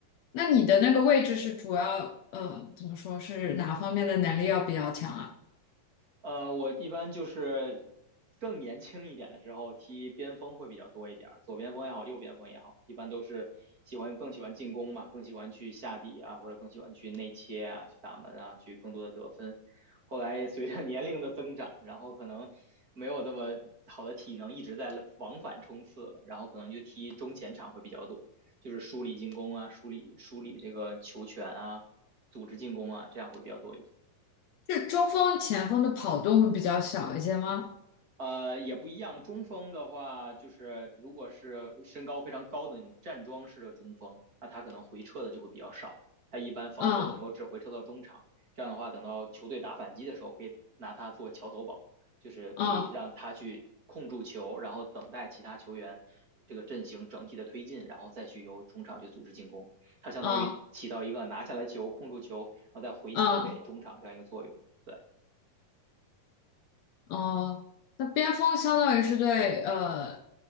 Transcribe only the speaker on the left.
那你的那个位置是主要呃，怎么说是哪方面的能力要比较强啊？
是中锋、前锋的跑动会比较小一些吗？
嗯
嗯
啊
啊
哦，那边锋相当于是对呃，